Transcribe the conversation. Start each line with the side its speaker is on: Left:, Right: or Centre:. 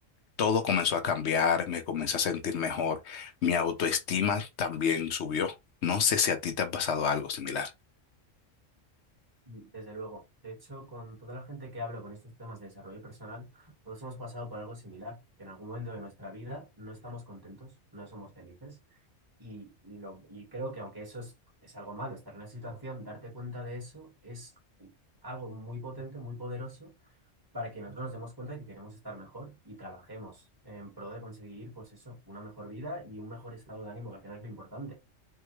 Left: todo comenzó a cambiar, me comencé a sentir mejor, mi autoestima también subió. No sé si a ti te ha pasado algo similar.
Right: Mm, Desde luego. De hecho, con toda la gente que hablo con estos temas de desarrollo personal, todos hemos pasado por algo similar, que en algún momento de nuestra vida no estamos contentos, no somos felices. Y, lo, y creo que aunque eso es, es algo malo, estar en una situación, darte cuenta de eso es algo muy potente, muy poderoso, para que nosotros nos demos cuenta de que queremos estar mejor y trabajemos en pro de conseguir, pues eso, una mejor vida y un mejor estado de ánimo, que al final es lo importante.